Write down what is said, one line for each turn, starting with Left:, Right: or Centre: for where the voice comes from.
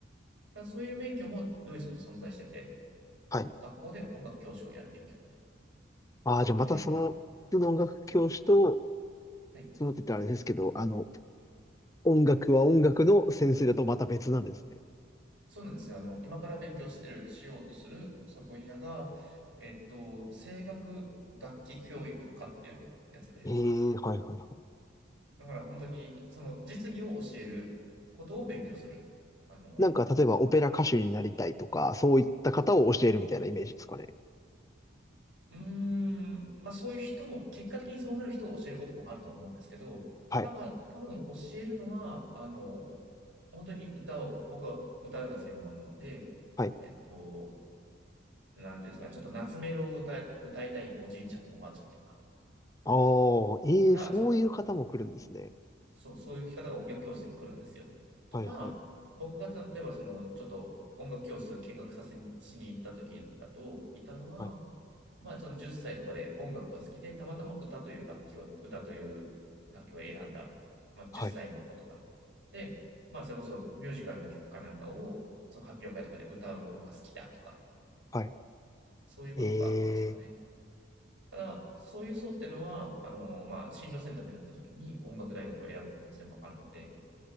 Right: ただそういう免許もドイツには存在してて、
Left: はい。
Right: 学校で音楽教師をやる免許みたい
Left: ああ、じゃあまたその、
Right: な。で、
Left: 普通の音楽教師と、
Right: はい。
Left: そのって言ったらあれですけど、あの、音楽は音楽の先生だとまた別なんですね。
Right: そうなんですよ。あの、今から勉強してる、しようとする、その分野が、えっと、声楽楽器教育科っていうやつで、
Left: ええ、はいはいはい。
Right: だから本当に、その実技を教えることを勉強する、あの、
Left: なんか、例えばオペラ歌手になりたいとか、そういった方を教えるみたいなイメージですかね。
Right: うーん、まあそういう人も、結果的にそうなる人を教えることもあると思うんですけど、
Left: はい。
Right: 多分、多分教えるのは、あの、本当に歌を、僕は歌が専門なので、
Left: はい。
Right: えっと、なんていうんですかね、ちょっと夏メロを歌え、歌いたいおじいちゃん、おばあちゃんとか
Left: ああ、ええ、
Right: が、
Left: そういう方も来るんですね。
Right: そう、そう、そういう聞き方が音楽教室に来るんですよ。とか、
Left: はい、はい、
Right: 僕が例えばその、ちょっと音楽教室見学させにしに行った時だと、いたのは、
Left: はい、
Right: まあ、その10歳とかで音楽が好きで、たまたま歌という楽器を、歌という楽器を選んだ、まあ、10歳の子とか。
Left: はい、
Right: で、まあ、それこそミュージカルの曲かなんかを、その発表会とかで歌うのが好きだとか、
Left: はい。
Right: そういうことかですかね。
Left: ええ、
Right: ただ、そういう層っていうのは、あの、まあ、進路選択になった時に音楽大学を選ぶ可能性もあるので、